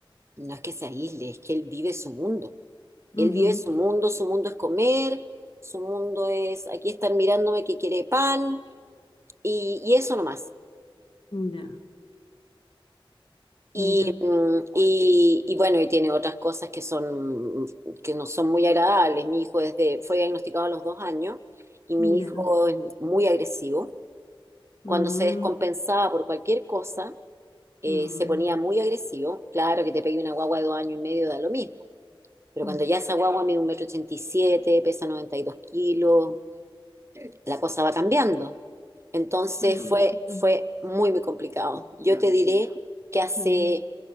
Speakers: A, on the right (about 30°); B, on the left (about 65°).
A: no es que se aísle, es que él vive su mundo. Él
B: Ujú,
A: vive su mundo, su mundo es comer, su mundo es, aquí están mirándome que quiere pan y, y eso nomás.
B: Ya, mira,
A: Y, mm, y, y bueno, y tiene otras cosas que son, que no son muy agradables. Mi hijo desde fue diagnosticado a los dos años y mi
B: ya.
A: hijo es muy agresivo.
B: Mm,
A: Cuando se descompensaba por cualquier cosa, eh,
B: mm,
A: se ponía muy agresivo. Claro que te pegue una guagua de dos años y medio da lo mismo, pero
B: mm,
A: cuando ya esa guagua mide un metro ochenta y siete, pesa 92 kilos, la cosa va cambiando. Entonces
B: Me imagino.
A: fue, fue muy, muy complicado. Yo te diré que hace,
B: Sí.